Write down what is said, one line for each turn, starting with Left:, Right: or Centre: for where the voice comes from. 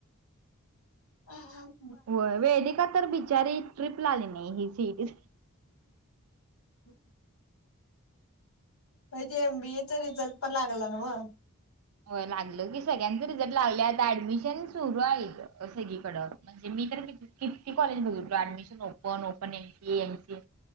Left: अ हम.
Right: हो वेदिका तर बिचारी, ट्रिपला आली नाही ही सीईटी.
Left: ह. महती तेे एमबी ए च रिझल्ट पण लागला न्हव.
Right: होय लागलं की सगळ्यांच रिझल्ट लागले आहेत ऍडमिशन सुरू आहेत सगळीकडं म्हणजे मी तर किती कॉलेज बघितले admission open open MC MCA